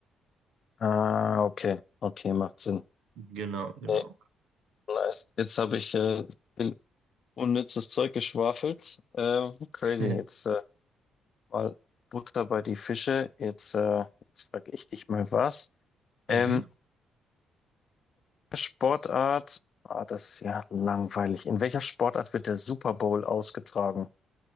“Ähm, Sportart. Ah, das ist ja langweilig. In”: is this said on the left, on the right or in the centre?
Left